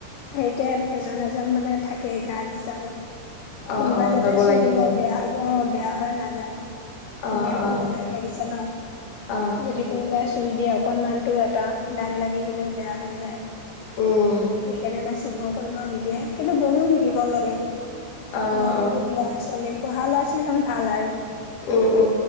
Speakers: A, on the left; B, on the left.
A: সেইতে এজন -এজন মানে থাকেই গাৰ্ড হিচাপে।
B: অ
A: কোনোবাই
B: অ
A: যাতে
B: যাব
A: চুই
B: লাগিব
A: দিলে বেয়া হ'ব অ, বেয়া হয় নাযায়। ধুনীয়াকৈ
B: অ অ
A: বনাই থৈ দিছো ন?
B: অ,
A: যদি কোনোবাই চুই দিয়ে অকনমানটো এটা দাগ লাগি গ'লেও বেয়া হৈ যায়।
B: উম
A: সেইকাৰণে চুব কৰিব নিদিয়ে কিন্তু বহুত শিকিব লাগে বা
B: অ অ
A: বহুত ল'ৰা-ছোৱালী পঢ়া ল'ৰা-ছোৱালীৰ কাৰণে ভাল আৰু।
B: উম-উম